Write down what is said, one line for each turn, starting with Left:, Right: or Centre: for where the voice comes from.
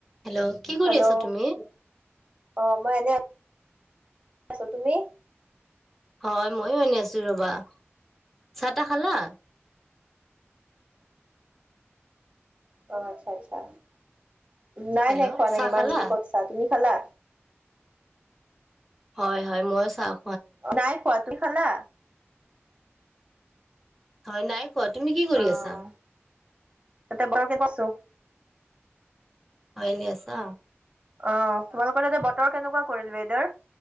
Centre: হেল্ল'! কি কৰি
Right: হেল্ল'
Centre: আছা তুমি?
Right: অ মই এনে আছোঁ, তুমি?
Centre: হয়, ময়ো এনে আছোঁ ৰ'বা। চাহ, তাহ খালা?
Right: অ', আচ্ছা, আচ্ছা। নাই,
Centre: হেল্ল'
Right: নাই, খোৱা নাই,
Centre: চাহ
Right: ইমান
Centre: খালা?
Right: যদি ক'ত চা তুমি খালা?
Centre: হয়, হয়, মই চাওঁ
Right: নাই খোৱা, তুই খালা?
Centre: হৱা নাই। খোৱা। তুমি কি কৰি
Right: অ',
Centre: আছা?
Right: তাতে <unintelligible> আছোঁ।
Centre: ভালে আছা?
Right: অ', তোমালোকৰ তাতে বতৰ কেনেকুৱা কৰিল ঈদৰ?